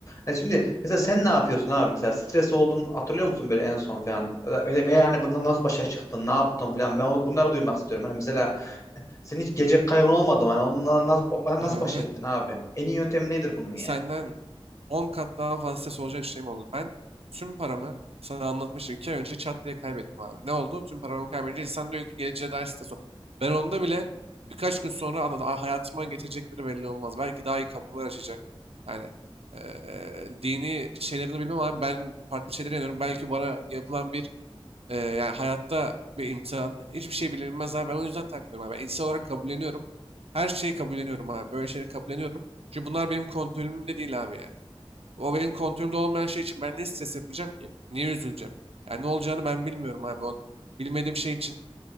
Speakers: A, on the left; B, on the right.
A: Yani şimdi mesela sen ne yapıyorsun abi? Mesela stres oldun hatırlıyor musun böyle en son falan? Ve, ve yani bundan nasıl başa çıktın? Ne yaptın falan? Ben onu, bunları duymak istiyorum. Hani mesela Senin hiç gelecek kaygın olmadı mı? Hani onunla nasıl,
B: Abi
A: nasıl baş ettin abi? En iyi yöntemi nedir bunun yani?
B: senden 10 kat daha fazla stres olacak şey mi oldu? Ben tüm paramı sana anlatmıştım. 2 ay önce çat diye kaybettim abi. Ne oldu? Tüm paramı kaybedince insan diyor ki geleceğe dair stres ol. Ben onda bile birkaç gün sonra anladım. "Aa, Hayatıma getirecekleri belli olmaz. Belki daha iyi kapılar açacak. Yani eee, dini şeylerini bilmem abi. Ben farklı şeylere inanıyorum. Belki bana yapılan bir Ee, yani hayatta bir imtihan. Hiçbir şey bilinmez abi. Ben o yüzden takmıyorum abi. Ben içsel olarak kabulleniyorum. Her şeyi kabulleniyorum abi. Böyle şeyleri kabulleniyorum. Çünkü bunlar benim kontrolümde değil abi yani. O benim kontrolümde olmayan şey için ben ne stres yapacağım ki? Niye üzüleceğim? Yani ne olacağını ben bilmiyorum abi. On bilmediğim şey için